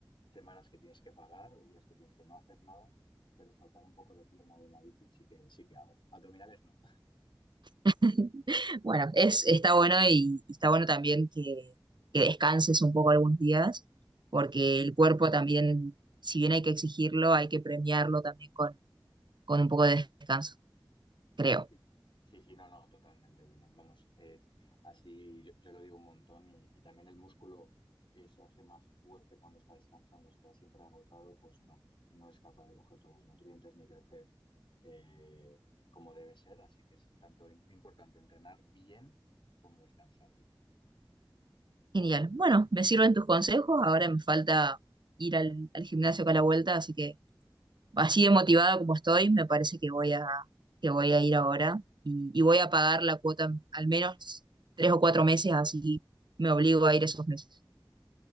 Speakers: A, on the left (about 80°); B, on the right (about 60°).
A: semanas que tienes que parar o días que tienes que no hacer nada, pero soltar un poco de pierna y en la bici sí que, sí que hago. Abdominales no.
B: <laughs> Bueno, es, está bueno y, y está bueno también que, que descanses un poco algunos días, porque el cuerpo también, si bien hay que exigirlo, hay que premiarlo también con, con un poco de descanso, creo.
A: Sí, sí, sí, no, no, totalmente, Belén. Vamos, eh, así yo, yo lo digo un montón y, y también el músculo eh, se hace más fuerte cuando está descansando, está siempre agotado, pues no, no es capaz de coger todos los nutrientes ni crecer eh, como debe ser, así que es tanto im- importante entrenar bien como descansar bien.
B: Genial. Bueno, me sirven tus consejos, ahora me falta ir al, al gimnasio acá a la vuelta, así que así de motivada como estoy, me parece que voy a, que voy a ir ahora y, y voy a pagar la cuota al menos tres o cuatro meses, así me obligo a ir esos meses.